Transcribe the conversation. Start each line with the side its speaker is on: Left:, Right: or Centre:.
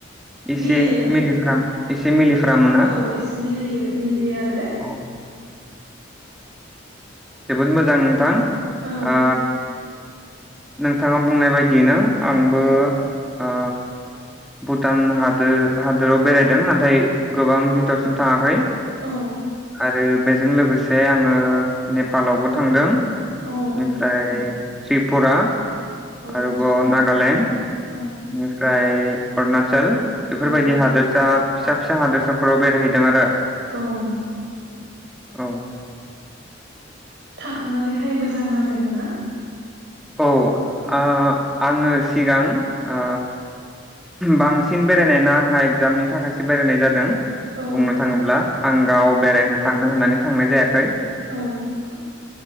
Centre: एसे
Right: मिलियो
Centre: मिलिफ्राम एसे मिलिफ्रामो ना
Right: औ एसे मिलियो मिलियो आरो।
Centre: औ जोबोद मोजां नोंथां
Right: औ
Centre: ओ नोंथाङा बुंनाय बायदियैनो आंबो ओ भुटान हादोर हादोराव बेरायदों नाथाय गोबां भिथोरसिम थाङाखै
Right: औ
Centre: आरो बेजों लोगोसे आङो नेपालावबो थांदों बेनिफ्राय
Right: औ
Centre: त्रिपुरा
Right: औ
Centre: आरोबाव नागालेण्ड
Right: औ
Centre: फ्राय अरुणाचल बेफोरबायदि
Right: औ
Centre: हादोरसा फिसा फिसा हादोरसा फोराव बेरायहैदों आरो
Right: औ नंगौ
Centre: औ।
Right: थांनानैहाय मोजां नांदोंमोन ना?
Centre: औ आ आङो सिगां ओ बांसिन बेरायना आंहा एगजामनि थाखायसो बेरायनाय जादों
Right: औ
Centre: बुंनो थाङोब्ला आं गाव बेरायनो थांनो होननानै थांनाय जायाखै
Right: औ नंगौ